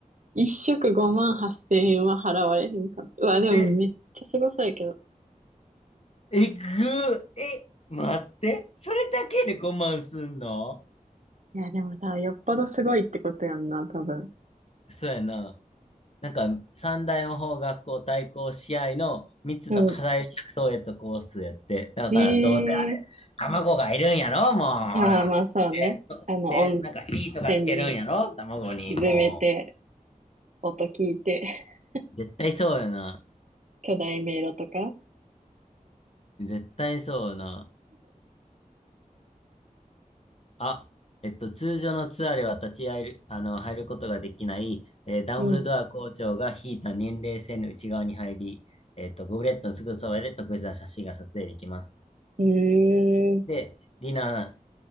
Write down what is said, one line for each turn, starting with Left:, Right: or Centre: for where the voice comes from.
Right: 一食5万8000円は払われへんかっうわ、でもめっちゃすごそうやけど。
Left: え、えぐ、え、待って、それだけでごまんすんの
Right: いや、でもさ、よっぽどすごいってことやんな、多分。
Left: そうやな。なんか、三大魔法学校対抗試合の三つの課題着想へとコースやって、
Right: うん。
Left: だからどうせあれ、
Right: ええ
Left: 卵がいるんやろ、もう、ほら。
Right: ああ、まあそうね。
Left: えっと、
Right: あの、
Left: で、
Right: 温
Left: なんか火とかつけるんやろ、
Right: 泉に
Left: 卵に、
Right: 沈めて、
Left: も
Right: 音聞いて、<laughs>
Left: う。絶対そうやな。
Right: 巨大迷路とか。
Left: 絶対そうやな。あ、えっと、通常のツアーでは立ち会える、あの、入ることができない、えーダンブルドア校長が引いた年齢線の内側に入り、
Right: うん。
Left: えっと、ゴブレットのすぐそばで特別な写真が撮影できます。
Right: うーん。
Left: で、ディナー